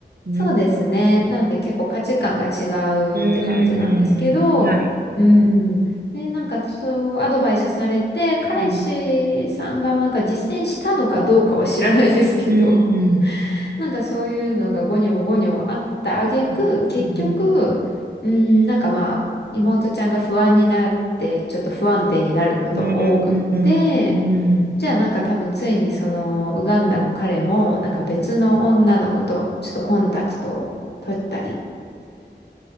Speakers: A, on the right; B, on the left.
A: うん。
B: そうですね。なんで結構価値観が違
A: うーん。
B: うって感じなんですけど、
A: はい。
B: うん。で、なんかそうアドバイスされて、彼氏さんがなんか実践したのかどうかは知らないですけど、
A: うん。うん。
B: <laughs> なんかそういうのがゴニョゴニョあった挙句、
A: うん。
B: 結局、
A: うん。
B: うん、なんかまあ、妹ちゃんが不安になって、ちょっと不安定になることも多くって、
A: うん。うん
B: じゃあなんか多分ついにそのウガンダの彼もなんか別の女の子とちょっとコンタクトを取ったり。